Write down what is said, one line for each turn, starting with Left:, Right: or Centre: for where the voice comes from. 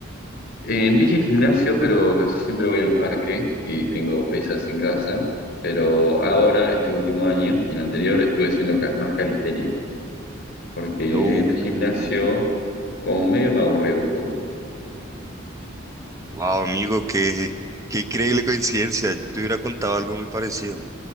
Left: Eh, dije gimnasio, pero casi siempre voy al parque y tengo pesas en casa. Pero ahora, este último año y el anterior, estuve haciendo ca- más calistenia, porque
Right: Uh,
Left: el gimnasio como medio me aburrió un poco.
Right: wow, amigo, qué, qué increíble coincidencia. Yo te hubiera contado algo muy parecido,